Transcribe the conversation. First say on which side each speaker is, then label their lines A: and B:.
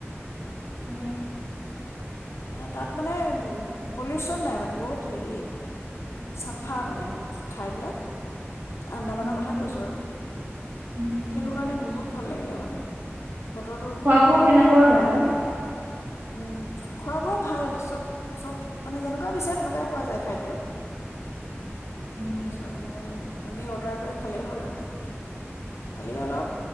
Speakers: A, on the right (about 45°); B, on the left (about 70°).
A: অ
B: মানে তাত মানে পলিউচন নাই মানে বহুত হেৰি চাফা মানে ঠাইবিলাক আন্দামানৰ
A: উম
B: কথা কৈছো আৰু
A: উম উম
B: সেইটো
A: গম
B: কাৰণে
A: পাইছোঁ
B: বহুত ভাল লাগিলে মানে বতৰটো
A: খোৱা বোৱা কেনেকুৱা হয় তাত
B: উম খোৱা বোৱা ভাল চব চব মানে যেনেকুৱা বিচাৰে তেনেকুৱাই পোৱা যায় খাদ্য
A: উম
B: চব মানে আমি অৰ্ডাৰ কৰি খালেই হ'ল আৰু খালি অলপ